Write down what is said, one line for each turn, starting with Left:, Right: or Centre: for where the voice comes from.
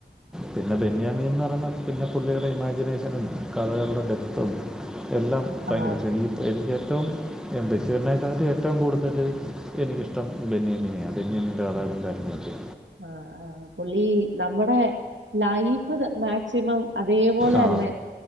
Centre: പിന്നെ ബെന്യാമിന്ന് പറഞ്ഞാ പിന്നെ പുള്ളിയുടെ ഇമാജിനേഷനും കഥകളുടെ ഡെപ്ത്തും എല്ലാം ഭയങ്കര
Right: ആ
Centre: സെമി എനിക്ക് ഏറ്റവും ബഷീർനേക്കാളും ഏറ്റവും കൂടുതല് എനിക്കിഷ്ടം ബെന്യമിനെ ബെന്യമിന്റെ അതാണ് എന്റെ ആത്മഹത്യ
Right: ആഹ് ആഹ് പുള്ളി നമ്മുടെ ലൈഫ് മാക്സിമം അതേപോലെ
Centre: ആ
Right: തന്നെ